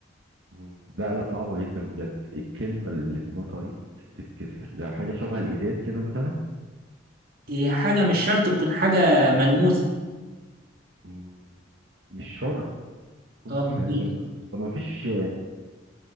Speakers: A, on the right (about 70°); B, on the right (about 50°).
A: مم. لا لا صعبه جدا بجد الكلمه اللي اتنطقت تتكسر يعني حاجه شبه الازاز كده مثلا
B: هي حاجة مش شرط تكون حاجة ملموسة
A: مم. مش شرط تكون
B: اه
A: حاجه
B: هديك
A: ملموسه طب ما فيش